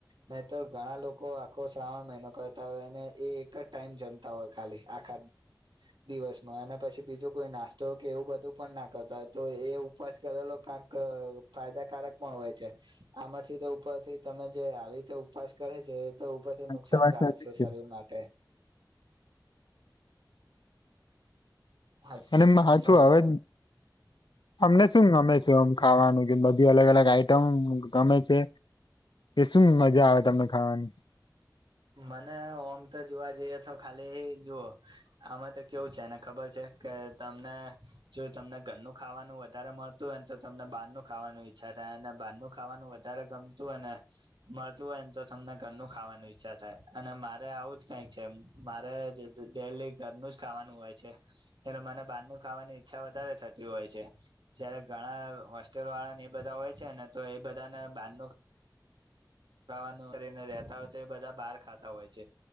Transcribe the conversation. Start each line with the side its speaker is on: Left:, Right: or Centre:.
Right: નહી તો ઘણા લોકો આખો શ્રાવણ મહિનો કરતા હોય અને એ એક જ ટાઈમ જમતા હોય ખાલી આખા દિવસમાં અને પછી બીજું કોઈ નાસ્તો કે એવું બધું પણ ના કરતા હોય તો એ ઉપવાસ કરેલો કાક ફાયદાકારક પણ હોય છે આમાંથી તો ઉપરથી તમે જે આવી રીતે ઉપવાસ કરે છે તો ઉપરથી નુકસાનકારક
Left: તો વાત સાચી
Right: છે શરીર
Left: જ
Right: માટે. હા
Left: અને હા
Right: સમજે
Left: છું હવે
Right: તમે
Left: અમને શું ગમે છે? મ ખાવાનું કે બધી અલગ અલગ આઈટમ ગમે છે. શું મજા આવે તમને ખાવાની?
Right: મને ઓમ તો જોવા જઈએ તો ખાલી જુઓ આમાં તો કેવું છે ખબર છે. કે તમને જો તમને ઘરનું ખાવાનું વધારે મળતું હોય ને તો તમને બહાર ન ખાવાનું ઈચ ને બહારનું ખાવાનું વધારે ગમતું હોય ને મળતું હોય ને તો તમને ઘરનું ખાવાનું ઇચ્છ અને મારે આવું જ કંક છે મારે ડેલી ઘરનું જ ખાવાનું હોય છે. અને મને બારનું ખાવાની ઈચ્છા વધારે થતી હોય છે જયારે ઘણા હોસ્ટલ વાળાને એ બધા હોય છે ને તો એ બધાને બારનું ખાવાનું કરીને રતા હોય તો એ બધા બહાર ખાતા હોય છે.